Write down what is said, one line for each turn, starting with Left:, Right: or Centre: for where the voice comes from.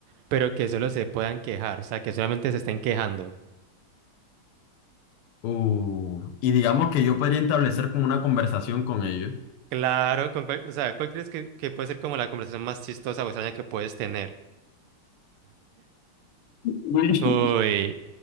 Right: pero que solo se puedan quejar, o sea, que solamente se estén quejando.
Left: uh, y digamos que yo podría establecer como una conversación con ellos.
Right: Claro, con cuál- o sea, ¿cuál crees que, que puede ser como la conversación más chistosa o extraña que puedes tener?
Left: <laughs>
Right: Uy,